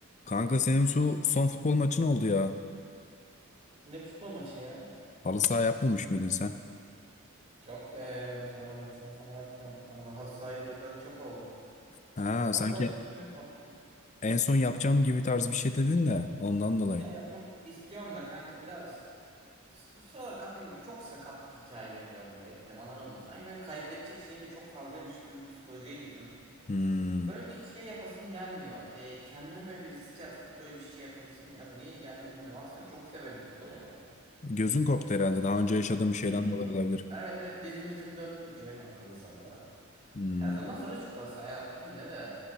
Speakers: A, on the left; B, on the right.
A: Kanka senin şu son futbol maçın oldu ya.
B: Ne futbol maçı ya?
A: Halı saha yapmamış mıydın sen?
B: Yok be bu sıra ben halı saha falan yapmıyorum kanka. Ben Halı sahayı bırakalı çok oldu.
A: Ha
B: Halı
A: sanki
B: sahayla işim yok artık.
A: en son yapacağım gibi tarz bir şey dedin de ondan dolayı.
B: Ya yapmak istiyorum da kanka biraz. Bu sıralar kanka çok sakatlık hikayeleri gördüm ettim anladın mı? Sanki böyle kaybedecek şeyim de çok fazlaymış gibi bir psikolojiye girdim.
A: Hmm.
B: Böyle bir şey yapasım gelmiyor. Ee, kendimi böyle bir riske atıp böyle bir şey yapasım gelmiyor. Niye gelmiyor bilmiyorum. Aslında çok severim futbol oynamayı.
A: Gözün korktu herhalde. Daha önce yaşadığım bir şeyden
B: Ne bileyim.
A: dolayı olabilir.
B: Evet evet dizim bizim döndü bir kere kanka halı sahada.
A: Hmm.
B: Yani ondan sonra da çok halı saha yaptım yine de.